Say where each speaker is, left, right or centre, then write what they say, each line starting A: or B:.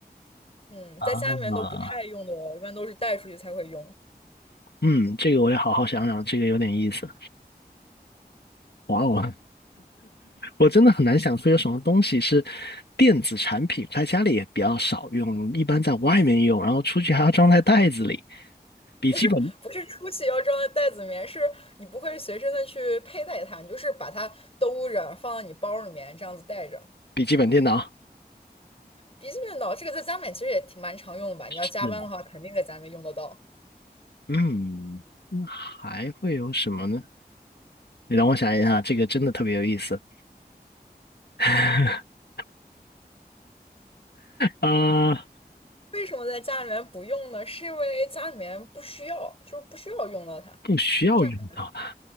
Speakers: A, on the left; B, on the left.
A: 嗯，
B: 啊。
A: 在家里面都不太用的哦，一般都是带出去才会用。
B: 嗯，这个我也好好想想，这个有点意思。哇哦，我真的很难想出有什么东西是电子产品，在家里也比较少用，一般在外面用，然后出去还要装在袋子里。笔记本，
A: 不是不是出去要装在袋子里面，是你不会随身的去佩戴它，你就是把它兜着放到你包里面这样子带着。
B: 笔记本电脑，
A: 笔记本刀这个在家里面其实也挺蛮常用的吧？你要加班的话，
B: 是的，
A: 肯定在家里面用得到。
B: 嗯，那还会有什么呢？你让我想一下，这个真的特别有意思。<laughs> 呃，
A: 为什么在家里面不用呢？是因为家里面不需要，就是不需要用到它。
B: 不需要用到它，
A: 家里面